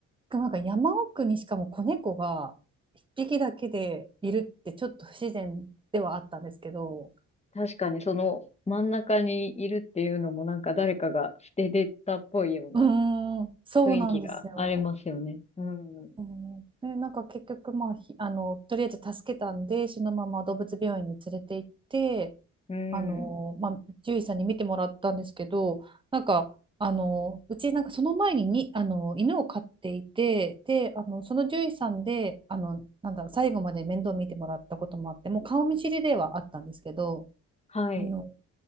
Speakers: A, on the right (about 15°); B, on the left (about 20°).
A: なんか山奥にしかも子猫が一匹だけでいるってちょっと不自然ではあったんですけど、
B: 確かにその真ん中にいるっていうのもなんか誰かが捨ててったっぽいような
A: うーん、そうなんですよ。
B: 雰囲気がありますよね。うん。
A: うんで、なんか結局、まあ、ひあの、とりあえず助けたんで、そのまま動物病院に連れて行って、
B: うん。
A: あの、まあ、獣医さんに見てもらったんですけど、なんか、あの、うち、なんかその前に、に、あの、犬を飼っていて、で、あの、その獣医さんで、あの、なんだろう、最後まで面倒見てもらったこともあって、もう顔見知りではあったんですけど、
B: はい。
A: あの、